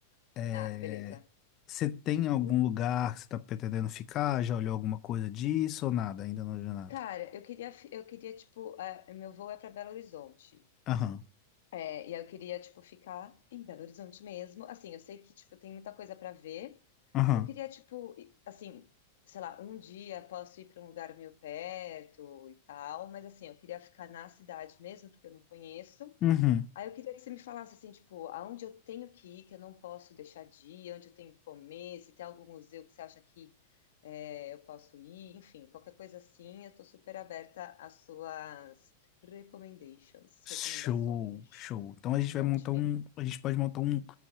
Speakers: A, on the left; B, on the left.
A: É...
B: Ah, beleza.
A: Você tem algum
B: Em-
A: lugar que você tá pretendendo ficar? Já olhou alguma coisa disso ou nada? Ainda não olhou nada.
B: Cara, eu queria, fi- eu queria tipo, ah, meu voo é para Belo Horizonte.
A: Aham,
B: É, e aí eu queria, tipo, ficar em Belo Horizonte mesmo. Assim, eu sei que, tipo, tem muita coisa pra ver.
A: aham,
B: Eu queria, tipo, i- assim, sei lá, um dia posso ir pra um lugar meio perto e tal, mas assim, eu queria ficar na cidade mesmo, porque eu não conheço.
A: uhum.
B: Aí eu queria que você me falasse assim, tipo, aonde eu tenho que ir, que eu não posso deixar de ir, onde eu tenho que comer, se tem algum museu que você acha que é, eu posso ir, enfim, qualquer coisa assim, eu tô super aberta às suas recommendations,
A: Show,
B: recomendações.
A: show. Então a gente vai
B: Conte-me.
A: montar um, a gente pode montar um,